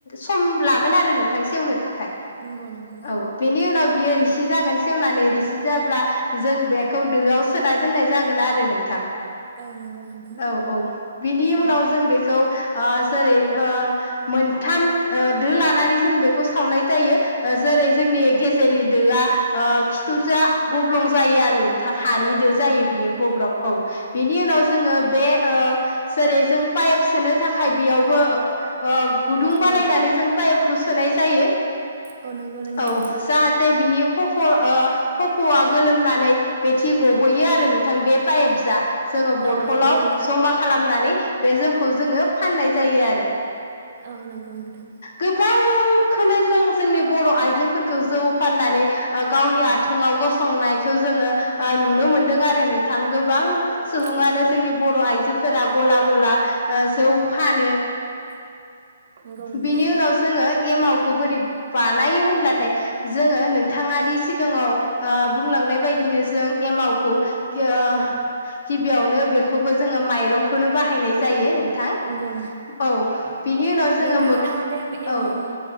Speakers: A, on the left (about 50°); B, on the right (about 45°).
A: सम लागोन आरो नों थां सेवनो था खाय
B: नंगौ नंगौ
A: औ बिनि नाव बियो रिसि जागोन सेवनानै रिसि जाब्ला जों बेखौ दोआव सोना दोननाय जागोन आरो नोंथां
B: औ नंगौ नोंथां
A: औ औ बिनि
B: औ
A: उनाव जों बेखौ ओ जेरै ओ मोनथाम ओ दो लानानै बेखौ सावनाय जायो ओ जेरै जोंनि गेजेरनि दोआ ओ खिथुजा गब्लं जायो आरो हानि
B: औ
A: दो
B: नंगौ
A: जायो बियो
B: नंगौ
A: गब्लं
B: नोंथां
A: औ बिनि उनाव
B: औ
A: जोङो बे ओ जेरै जों पाइप सोनो थाखाय बेयावबो ओ गुदुं बालायनानै
B: औ
A: जों पाइप खौ सोनाय जायो
B: औ नंगौ नोंथां
A: औ जाहाथे बिनि फ फ' ओ फफ'आ गोलोमनानै बेथि गब'यो आरो नों थां बे पाइप जा जोङो बथलाव
B: औ नंगौ नोंथां
A: जमा खालामनानै बे जौ खौ जोङो फाननाय जायो आरो
B: औ नंगौ नोंथां
A: गोबांखोनो जों जोंनि बर' आइजोफोरखौ जौ फाननानै ओ गावनि आथिङाव गसंनायखौ जोङो ओ नुनो मोनदों आरो नों थां गोबां
B: नंगौ नंगौ
A: सुबुङानो
B: नोंथां
A: जोंनि बर' आइजोफोरा गला गला ओ जौ फानो
B: <inaudible> नंगौ नोंथां
A: बिनि उनाव जोङो एमावखौ बोरै बानायो होनब्लाथाय जोङो नोंथाङादि सिगाङाव ओ बुंलांनाय बायदिनो जों एमावखौ <unintelligible>
B: औ
A: गिबियावनो बेखौबो जोङो माइरंखौनो बाहायनाय जायो नोंथां
B: नंगौ
A: औ बिनि उनाव
B: थाङा
A: मोख
B: बे एमावनि
A: औ